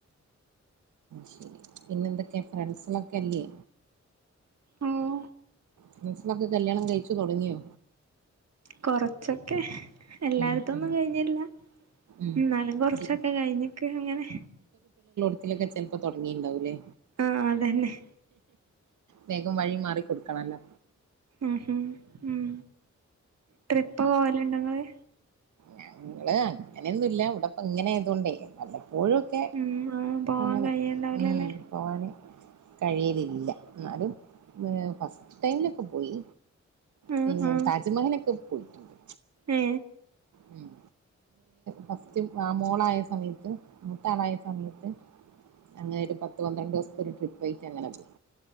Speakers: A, on the right; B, on the right.
A: ശരി പിന്നെന്തൊക്കാ ഫ്രണ്ട്സ്കളൊക്കെല്ലേ
B: ഉം
A: ഫ്രൻസളൊക്കെ കല്യാണം കഴിച്ചു തുടങ്ങിയോ
B: കൊറച്ചൊക്കെ എല്ലാർതൊന്നും
A: ഉം ഉം
B: കഴിഞ്ഞില്ല
A: ഉം
B: എന്നാലും കൊറച്ചൊക്കെ
A: ദി
B: കഴിഞ്ഞിക്ക് അങ്ങനെ
A: അത്തിലൊക്കെ ചിലപ്പോൾ തൊടങ്ങീണ്ടാവുല്ലേ
B: ആ അതന്നെ
A: വേഗം വഴി മാറി കൊടുക്കണല്ലോ
B: ഉം ഉം ട്രിപ്പ് പോവലുണ്ടോങള്
A: ഞങ്ങള് അങ്ങനെയൊന്നുല്ല ഇവിടപ്പ ഇങ്ങനെ ആയതൊണ്ടേ പോഴുംക്കെ
B: ഉം ആ പോവാൻ
A: അങ്ങനെ
B: കഴിയുണ്ടാവൂലല്ലേ
A: ഉം പോവാന് കഴിയലില്ല എന്നാലും മ് ഫസ് ടൈംമിലൊക്കെ പോയി
B: ആ
A: പിന്നെ
B: ആ
A: താജ്മഹലൊക്കെ പോയി ട്ടുണ്ട്
B: ഏ
A: ഉം ഫസ്റ്റ് ആ മോളായ സമയത്ത് മൂത്താ ആളായ സമയത്ത് അങ്ങനെ ഒരു പത്ത് പന്ത്രണ്ട് ദിവസത്തെ ഒരു ട്രിപ്പ് ആയിട്ട് അങ്ങനെ പോയി